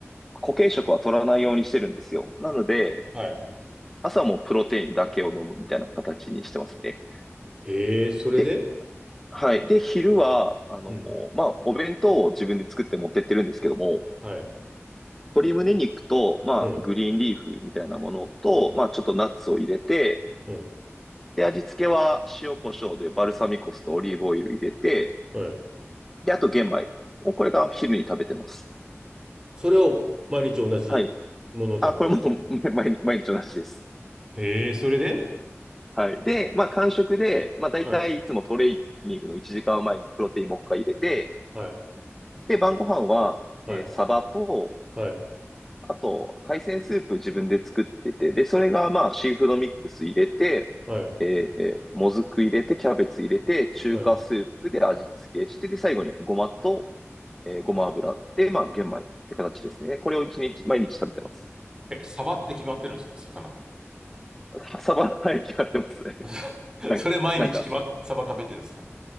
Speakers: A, in the centre; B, on the right (about 15°).
A: 固形食は取らないようにしてるんですよ。なので、
B: はい。
A: 朝もプロテインだけを飲むみたいな形にしてますね。
B: えー、それで
A: で、はい。で、昼は、あの、
B: うん。
A: まあ、お弁当を自分で作って持ってってるんですけども、
B: はい。
A: 鶏胸肉と、まあ、
B: うん。
A: グリーンリーフみたいなものと、まあ、ちょっとナッツを入れて、
B: うん。
A: で、味付けは塩コショウでバルサミコ酢とオリーブオイル入れて、
B: はい。
A: で、あと玄米。もうこれが昼に食べてます。
B: それを毎日同じものを食べてるってこと
A: はい。あ、これも <laughs> 毎日、毎日同じです。
B: ええ、それで
A: はい。で、まあ、間食で、まあ、大体いつもトレーニングの1時間前にプロテインもう一回入れて、
B: はい、はい、
A: で、晩ご飯は、
B: はい、
A: えーサバと、
B: はい、
A: あと、海鮮スープ自分で作ってて、で、それがまあ、シーフードミックス入れて、
B: はい、
A: えー、もずく入れて、キャベツ入れて、中華スープで味付けして、
B: はい。
A: で、最後にごまと、えーごま油で、まあ、玄米って形ですね。これを一日、毎日食べてます。
B: え、サバって決まってるんですか魚は。
A: はサバの早決買ってますね。
B: <laughs>
A: <laughs> なんか、
B: それ毎日決まっ、
A: なんか、
B: サバ食べてるんですか